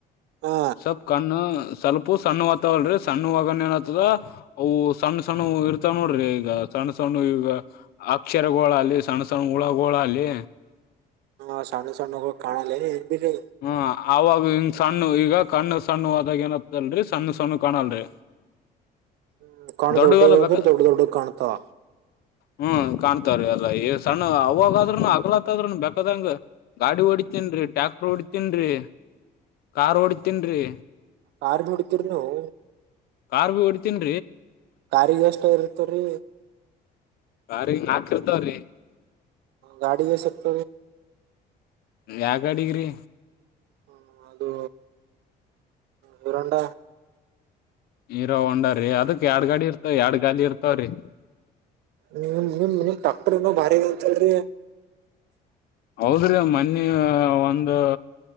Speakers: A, on the right; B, on the left.
A: ಹಾ
B: ಸಬ್ ಕಣ ಸ್ವಲ್ಪ ಸಣ್ಣ ಹತವಲ್ರರಿ ಸಣ್ಣವಗನ ಏನತದ ಅವು ಸಣ್ಣ ಸಣ್ಣ ಇರ್ತಾವ ನೋಡ್ರಿ ಈಗ ಸಣ್ಣ ಸಣ್ಣ ಈಗ ಅಕ್ಷರಗೋಳ ಅ ಸಣ್ಣ ಸಣ್ಣ ಹುಳಗೋಳಲ್ಲಿ
A: ಹಾ ಸಣ್ಣ ಸಣ್ಣ ಹೋಗ ಕಾಣಲ್ಲ ಬಿರಿ
B: ಹ್ಮ ಆಾಗ ಹಂಗ್ ಸಣ್ಣ ಈಗ ಕಣ್ಣು ಸಣ್ಣ ಆದಾಗ ಏನತ್ತಲ್ರರಿ ಸಣ್ಣ ಸಣ್ಣ ಕಾಣಲ್ರಿ
A: ಹ್ಮ್ ಕಣ
B: ದೊಡ್ಡಲ್ಲ
A: ದೊಡ್ಡ ಅಂದ್ರ
B: ಬೇಕ
A: ದೊಡ್ಡ ದೊಡ್ಡ ಕಾಣ್ತಾವ
B: ಹ್ಮ್ ಕಾಣ್ತವ್ರೀ ಅಲ್ಲಾ ಈ ಸಣ್ಣ ಅವಾಗಾದ್ರರುನು ಅಗ್ಲತ್ತದ್ರೂನು ಬೇಕದಂಗ ಗಾಡಿ ಓಡಿತೀನ್ ಟ್ರ್ಯಾಕ್ಟರ್ ಓಡಿತೀನ್ರಿ ಕಾರ್ ಹೊಡತೀನ್ ರೀ
A: ಕಾರ್ ನೋಡಿತಿರಿ ನೀವು
B: ಕಾರ್ ಭ ಹೊಡಿತನ್ೀ
A: ಕಾರಿಗೆ ಎಷ್ಟ ಇರ್ತರಿ
B: ಅ ನಾಕರ್ತವ್ರೀ
A: ಗಾಡಿ ಎ ಸಕ್ತ
B: ಯಾಗ ಗಡಗ್ರಿ
A: ಹ್ಮ ಅದು ಹೀರೋ ಹೊಂಡ
B: ನೀರೋ ಹಂಡ್ರಿ ಅದಕ್ ಎರಡ್ ಗಾಡಿ ಇರ್ತಾವ ಎರಡ್ ಗಾಲ ಇರ್ತವ್ರಿ
A: ನೀ ನೀಮ ನಿ ಟಾಕ್ಟರ್ ಏನೋ ಭಾರಿಂತರಿ
B: ಹೌದ್ರೀ ಮನ್ನಿ ಒಂದು